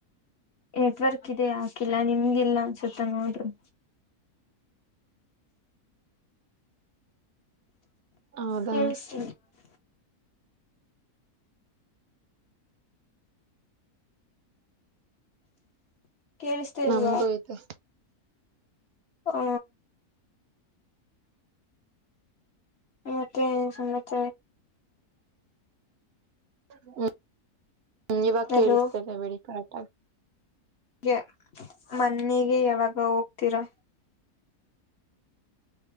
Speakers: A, on the left; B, on the right.
A: ನೆಟ್ವರ್ಕ್ ಇದೆ ಯಾಕಿಲ್ಲ ನಿಮ್ಗಿಲ್ಲ ಅನ್ಸುತ್ತ ನೋಡರು
B: ಹೌದಾ
A: ತಿಳಿಸ ಕೇಳಿಸ್ತೇ
B: ನಮ್ಗೂ
A: ಅಲ್ವಾ
B: ಐತೆ
A: ಹ ಮತ್ತೆ ಸಮಾಚ
B: ಹ್ಮ ಇವಾಗ
A: ಹಲೋ
B: ಕೇಳಿಸ್ತದೆ ಬಿಡಿ ಕಟಾ
A: ಗೆ ಮನ್ನೆಗೆ ಯಾವಾಗ ಹೋಗ್ತೀರಾ